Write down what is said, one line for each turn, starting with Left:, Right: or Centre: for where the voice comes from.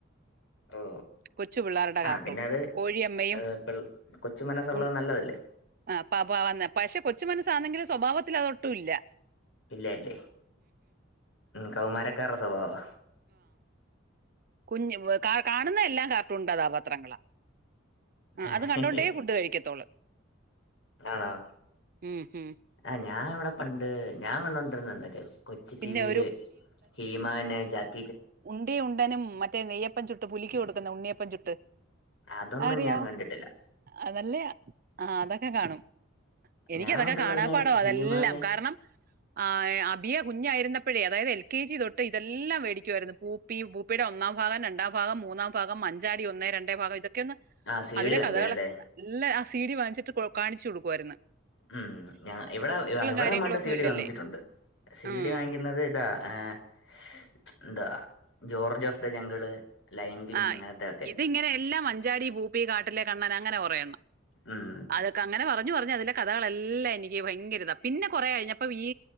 Left: ഓ
Right: കൊച്ചു പിള്ളാരുടെ
Left: ആഹ്
Right: കാട്ടൂൺ.
Left: പിന്നെ അത്
Right: കോഴിയമ്മയും
Left: ഏഹ് പിൾ കൊച്ചു മനസ്സുള്ളത്
Right: ഉൺ
Left: നല്ലതല്ലേ
Right: ആ പബ വന്നെ പക്ഷെ കൊച്ചു മനസ്സാണെങ്കിലും സ്വഭാവത്തിൽ അതൊട്ടുല്ല.
Left: ഇല്ല ല്ലേ? ഉം കൗമാരക്കാരടെ സ്വഭവാ..
Right: കുഞ് കാ കാണുന്നതെല്ലാം കാർട്ടൂൺ കഥാപത്രങ്ങള. ആ
Left: ആഹ്
Right: അത് കണ്ടോണ്ടേ ഫുഡ് കഴിക്കത്തോള്ള്.
Left: ആണോ?
Right: ഉം ഉം
Left: ആ ഞാൻ ഇവിടെ പണ്ട് ഞാൻ കണ്ടോണ്ടിരന്നന്താ കൊച്
Right: പിന്നെ
Left: ടിവിയില് ഹീമാന്, ജാക്കിച്ചാ
Right: ഉണ്ടീം ഉണ്ടനും മറ്റേ നെയ്യപ്പം ചുട്ട് പുലിക്ക് കൊടുക്കുന്ന ഉണ്ണിയപ്പം ചുട്ട്.
Left: അതൊന്നും
Right: അറിയാ
Left: ഞാൻ കണ്ടിട്ടില്ല
Right: അതല്ലയാ ആ അതൊക്കെ കാണും. എനിക്കതൊക്കെ
Left: ഞാൻ കണ്ടുള്ള
Right: കാണാപാടാ
Left: പിന്നെ ഹീമാന്
Right: അതെല്ലാം കാരണം ആ അബിയ കുഞ്ഞായിരുന്നപ്പഴേ അതായത് എൽ കെ ജി തൊട്ട് ഇതെ ല്ലാം വേടിക് ക്കായിരുന്ന്. പൂപ്പി, പൂപ്പിയുടെ ഒന്നാം ഭാഗം, രണ്ടാം ഭാഗം, മൂന്നാം ഭാഗം, മ ഞ്ചാടി ഒന്നേ, രണ്ടേ ഭാഗം ഇതൊക്കെ ക്കന്ന്
Left: ആ സി
Right: അതിലെ
Left: ഡി വാങ്ങിക്കാനല്ലേ
Right: കഥകളൊക്കെ നല്ല ആ സീഡി വാങ്ങിച്ചിട്ട് കാണിച് കൊടുക്കുവായിരുന്ന്.
Left: ഉം ഞാ വിടെ വിടേം
Right: കാര്യങ്ങളും
Left: പണ്ട്
Right: ഒന്നും
Left: സീഡി
Right: ഇല്ലല്ലേ
Left: വാങ്ങിച്ചിട്ടുണ്ട്. സീഡി
Right: ഉം
Left: വാങ്ങിക്കുന്നത് ഇതാ ഏഹ് മച്ച് എന്താ. George of the jungle lion king
Right: ആഇതിങ്ങനെ
Left: അങ്ങനത്തെ ഒക്കെ
Right: എല്ലാം മഞ്ചാടി, പൂപ്പി, കാട്ടിലെ കണ്ണൻ അങ്ങനെ കുറെ എണ്ണം.
Left: ഉം
Right: അതൊക്കെ അങ്ങനെ പറഞ്ഞ പറഞ്ഞു പറഞ്ഞതിലെ കഥകളെല്ലാം എനിക്ക് വയങ്കര ഇത പിന്നെ കൊറെ കഴിഞ്ഞപ്പ ഈ